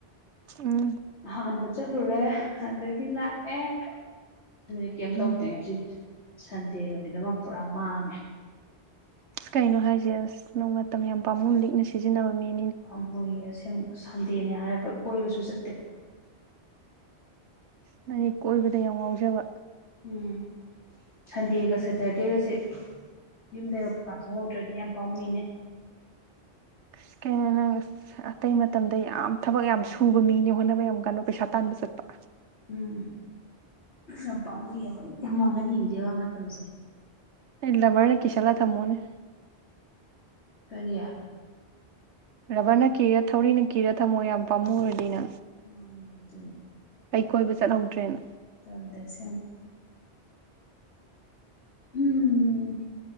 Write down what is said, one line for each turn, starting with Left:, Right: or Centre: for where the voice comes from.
Right: ꯎꯝ
Left: ꯑꯍꯥꯟꯕ ꯆꯠꯂꯨꯔꯦ ꯑꯗꯒꯤ ꯂꯥꯛꯑꯦ ꯑꯗꯨꯗꯤ ꯀꯩꯝ ꯇꯧꯗꯦ
Right: ꯎꯝ
Left: ꯉꯁꯤ ꯁꯟꯗꯦ ꯅꯨꯃꯤꯠ ꯑꯃ ꯄꯨꯔꯥ ꯃꯥꯡꯉꯦ
Right: ꯑꯁ ꯀꯩꯅꯣ ꯍꯥꯏꯁꯦ ꯑꯁ ꯅꯣꯡ ꯃꯇꯝ ꯌꯥꯝ ꯄꯥꯃꯅ ꯂꯤꯛꯅ ꯁꯤꯖꯤꯟꯅꯕꯅꯤ
Left: ꯄꯝꯃꯨꯌꯦ ꯑꯁꯦꯡ ꯁꯟꯗꯦꯅꯦ ꯍꯥꯏꯔꯒ ꯀꯣꯏꯕꯁꯨ ꯆꯠꯇꯦ
Right: ꯅꯪꯒꯤ ꯀꯣꯏꯕꯗ ꯌꯥꯝ ꯉꯥꯎꯖꯕ
Left: ꯎꯝ ꯍꯥꯏꯗꯤꯒ ꯁꯦꯇꯔꯗꯦꯒꯁꯦ ꯌꯨꯝꯗ ꯄꯥꯡꯊꯣꯛꯍꯧꯗ꯭ꯔꯗꯤ ꯌꯥꯝ ꯄꯥꯝꯃꯨꯏꯅꯦ
Right: ꯁꯀ ꯅꯪ ꯑꯁ ꯑꯇꯩ ꯃꯇꯝꯗ ꯌꯥꯝ ꯊꯕꯛ ꯌꯥꯝ ꯁꯨꯕ ꯃꯤꯅꯦ ꯍꯣꯠꯅꯕ ꯌꯥꯝ ꯀꯟꯅꯣ ꯄꯩꯁꯥ ꯇꯥꯟꯕ ꯆꯠꯄ
Left: ꯎꯝ ꯌꯥꯝ ꯄꯥꯝꯃꯨꯑꯕ ꯑꯩ ꯃꯥꯡꯍꯟꯅꯤꯡꯗꯦꯕ ꯃꯇꯝꯁꯦ
Right: ꯏꯂꯕꯔꯅꯀꯤꯁꯂ ꯊꯝꯃꯣꯅꯤ
Left: ꯀꯔꯤꯌꯥ
Right: ꯔꯕꯔꯅ ꯀꯤꯔ ꯊꯧꯔꯤꯅ ꯀꯤꯔ ꯊꯝꯃꯣ ꯌꯥꯝ ꯄꯥꯝꯃꯨ ꯑꯣꯏꯔꯗꯤꯅ
Left: ꯃꯥꯅꯦ ꯑꯗꯨ
Right: ꯑꯩ ꯀꯣꯏꯕ ꯆꯠꯍꯧꯗ꯭ꯔꯦꯅ
Left: ꯆꯜꯗ ꯁꯦꯝ ꯎꯝ